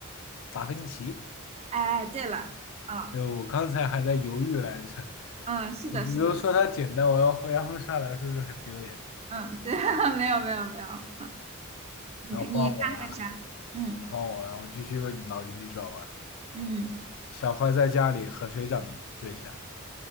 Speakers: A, on the left; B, on the right.
A: 达芬奇，
B: 哎，对了，嗯
A: 呃，我刚才还在犹豫来着，
B: 嗯，是的，
A: 你你都说它简单，
B: 是的，是的
A: 我要回答不上来，是不是很丢脸？
B: 嗯，对，<laughs> 没有没有没有，嗯你看你看还有啥？
A: 然后换我了啊
B: 嗯
A: 换我了，我继续问你脑筋急转弯。
B: 嗯，
A: 小花在家里和谁长得最像？